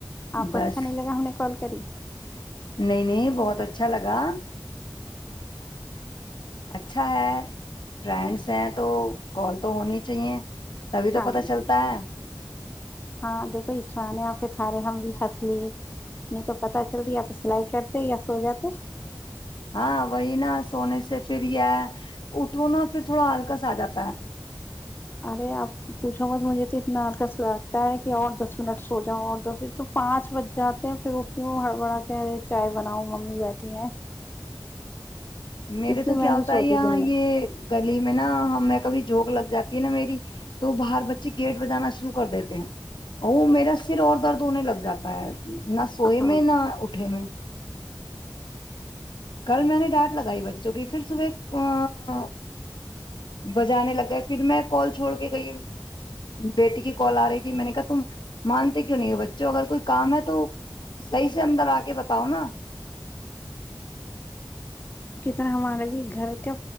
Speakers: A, on the left; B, on the left.
A: آپ کو
B: بس
A: اچھا نہیں لگا ہمیں کال <unintelligible>
B: نہیں نہیں بہت اچھا لگا اچھا ہے فرینڈس ہیں تو کال تو ہونی چاہیے تبھی تو
A: ہاں
B: پتا چلتا
A: جی
B: ہے
A: ہاں دیکھو یہ سرانے آپ کے تھارے ہم بھی ہنس لیے نہیں تو پت چلتا یا تو سلائی کرتے یا سو جاتے
B: ہاں وہی نا سونے سے پھر یہ اٹھو نا پھر تھوڑا ہلکس آ جاتا ہے
A: ارے آپ پوچھو بت مجھے تو اتنا عرکس لگتا ہے کہ اور دس منٹ سو جاؤ اور دس تو پانچ بج جاتے ہیں پھر وہ کیوں ہڑبڑا کے ارے چائے بناؤ ممی بیٹھی ہیں
B: میرے
A: اس لیے
B: تو
A: میں
B: کیا
A: نہیں
B: ہوتا
A: سوتی
B: ہے یہاں
A: دن
B: یہ
A: میں
B: گلی میں نا ہم کبھی جھونک لگ جاتی ہے نا میری تو باہر بچے گیٹ بجانا شروع کر دیتے ہیں اور وہ میرا سر اور درد ہونے لگ جاتا ہے نہ سوئے
A: ہاں
B: میں نہ اٹھے میں کل میں نے ڈانٹ لگائی بچی جوکی پھر صبح <unintelligible> بجانے لگ گئے پھر میں کال چھوڑ کے گئی بیٹی کی کال آ رہی تھی میں نے کہا تم مانتے کیوں نہیں ہو بچوں اگر کوئی کام ہے تو صحیح سے اندر آ کے بتاؤ نا <unintelligible>
A: سر ہمارے بھی گھر <unintelligible> کیا